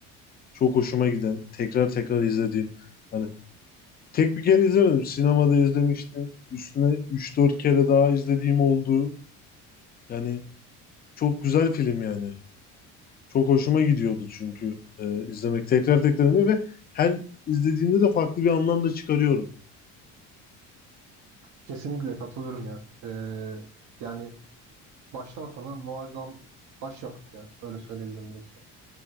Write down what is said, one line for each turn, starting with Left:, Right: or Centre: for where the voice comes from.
Left: çok hoşuma giden, tekrar tekrar izlediğim yani Tek bir kere izlemedim. Sinemada izlemiştim. Üstüne üç dört kere daha izlediğim oldu. Yani çok güzel film yani. Çok hoşuma gidiyordu çünkü e, izlemek tekrar tekrar izlemek ve her izlediğimde de farklı bir anlam da çıkarıyorum.
Right: Kesinlikle katılıyorum ya. Ee, yani baştan sona muazzam başyapıt ya. Öyle söyleyebilirim belki.